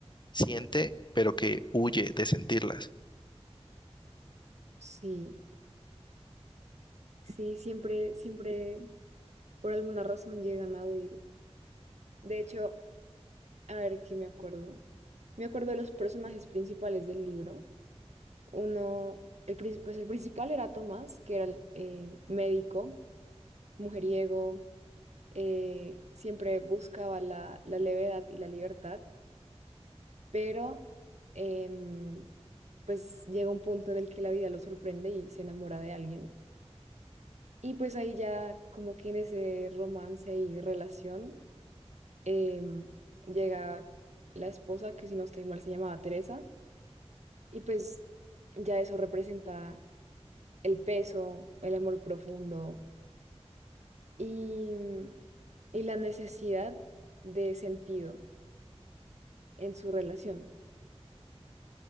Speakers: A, on the left (about 40°); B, on the right (about 80°).
A: siente, pero que huye de sentirlas.
B: Sí, sí, siempre, siempre, por alguna razón llegan a huir. De hecho, a ver qué me acuerdo. Me acuerdo de los personajes principales del libro. Uno, el, prin- pues el principal era Tomás, que era el eh, médico, mujeriego, eh, siempre buscaba la, la levedad y la libertad, pero... em, pues llega un punto en el que la vida lo sorprende y se enamora de alguien. Y pues ahí ya como que en ese romance y relación em, llega la esposa, que si no estoy mal se llamaba Teresa, y pues ya eso representa el peso, el amor profundo y, mm, y la necesidad de sentido en su relación.